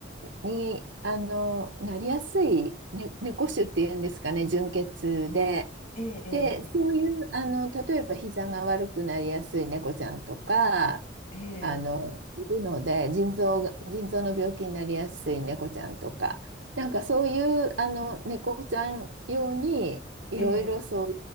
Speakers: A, on the right; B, on the left.
A: に、あの、なりやすい、ね、猫種っていうんですかね、純血で。
B: ええ、
A: で、そういう、あの、例えば膝が悪くなりやすい猫ちゃんとか、
B: ええ、
A: あの、いるので、腎臓が、腎臓の病気になりやすい猫ちゃんとか、なんかそういう、あの、猫ちゃん用に、いろいろそう
B: ええ、